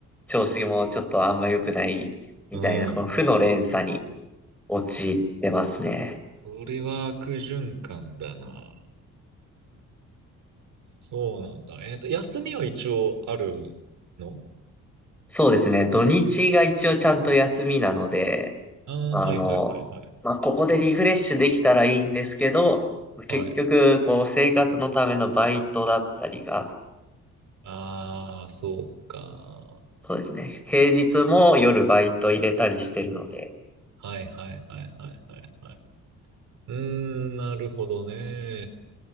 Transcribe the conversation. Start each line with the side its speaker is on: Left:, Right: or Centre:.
Centre: 調子もちょっとあんま良くないみたいな、
Right: ー。うん。
Centre: この負の連鎖に陥ってますね。
Right: それは悪循環だな。そうなんだ。えっと、休みは一応あるの
Centre: そうですね。土日が一応ちゃんと休みなので、
Right: ああー、
Centre: あの、
Right: はいはいはいはい。
Centre: まあ、ここでリフレッシュできたらいいんですけど、結局、
Right: はい。
Centre: こう、生活のためのバイトだったりが、
Right: ああ、そうか。
Centre: そうですね。平日も夜バイト入れたりしてるので、
Right: はいはいはいはいはいはい。うーん、なるほどね。